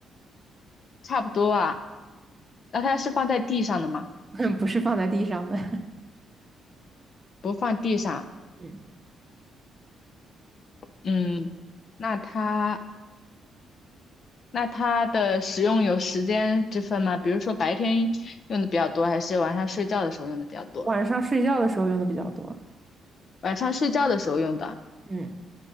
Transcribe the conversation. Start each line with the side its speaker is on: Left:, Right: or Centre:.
Left: 差不多啊。那它是放在地上的吗？
Right: 嗯，<laughs> 不是放在地上的，
Left: 不放地上。
Right: <laughs> 嗯，
Left: 嗯，那它那它的使用有时间之分吗？比如说白天用的比较多，还是晚上睡觉的时候用的比较多？
Right: 晚上睡觉的时候用的比较多，
Left: 晚上睡觉的时候用的。
Right: 嗯